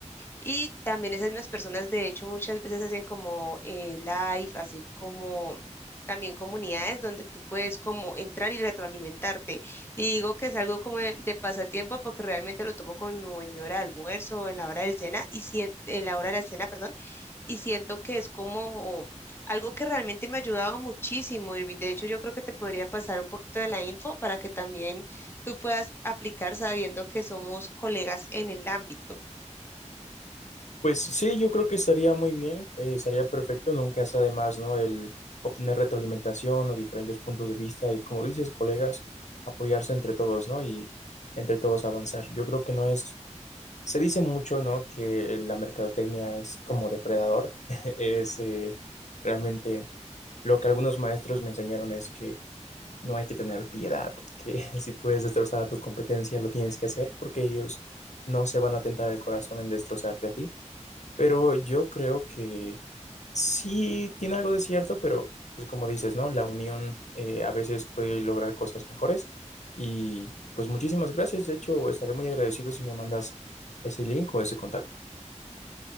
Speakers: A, on the left; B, on the left.
A: Y también esas mismas personas, de hecho, muchas veces hacen como eh, live, hacen como también comunidades donde tú puedes como entrar y retroalimentarte. Y digo que es algo como de, de pasatiempo porque realmente lo tomo como en mi hora de almuerzo, o en la hora del cena, y sien- en la hora de la cena, perdón, y siento que es como algo que realmente me ha ayudado muchísimo, Irving. De hecho, yo creo que te podría pasar un poquito de la info para que también tú puedas aplicar sabiendo que somos colegas en el ámbito.
B: Pues sí, yo creo que estaría muy bien, eh, estaría perfecto, nunca es además, ¿no? El obtener retroalimentación o diferentes puntos de vista y, como dices, colegas, apoyarse entre todos, ¿no? Y entre todos avanzar. Yo creo que no es, se dice mucho, ¿no? Que la mercadotecnia es como depredador, <laughs> es eh, realmente lo que algunos maestros me enseñaron es que no hay que tener piedad, que <laughs> si puedes destrozar a tu competencia, lo tienes que hacer porque ellos no se van a tentar el corazón en destrozarte a ti. Pero yo creo que sí tiene algo de cierto, pero pues como dices, ¿no? La unión eh, a veces puede lograr cosas mejores. Y pues muchísimas gracias. De hecho, estaré muy agradecido si me mandas ese link o ese contacto.